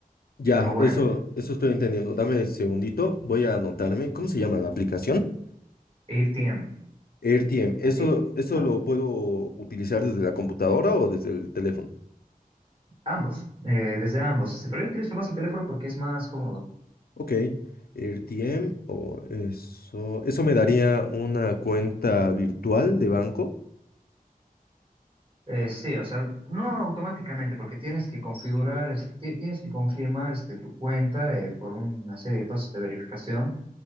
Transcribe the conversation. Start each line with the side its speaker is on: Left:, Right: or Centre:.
Left: Ya,
Right: Que es lo bueno.
Left: eso, eso estoy entendiendo. Dame un segundito, voy a anotarme. ¿Cómo se llama la aplicación?
Right: ATM,
Left: AirTM, ¿eso,
Right: así,
Left: eso
Right: ah,
Left: lo puedo utilizar desde la computadora o desde el teléfono?
Right: ambos, eh, desde ambos. Pero yo utilizo más el teléfono porque es más cómodo.
Left: Ok, RTM, o eso, eso me daría una cuenta virtual de banco,
Right: Eh, sí, o sea, no automáticamente, porque tienes que configurar, es- ti- tienes que confirmar este, tu cuenta eh, por una serie de pasos de verificación.